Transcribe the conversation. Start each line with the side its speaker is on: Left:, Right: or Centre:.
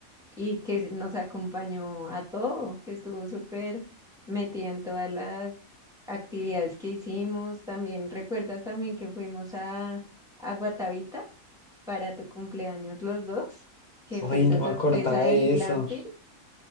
Centre: y que nos acompañó a todo, que estuvo súper metida en todas las actividades que hicimos. También, ¿recuerdas también que fuimos a, a Guatavita? para tu cumpleaños los dos, que
Left: Ay,
Centre: fue esa
Left: no me
Centre: sorpresa
Left: acordaba
Centre: del
Left: de
Centre: glamping,
Left: eso.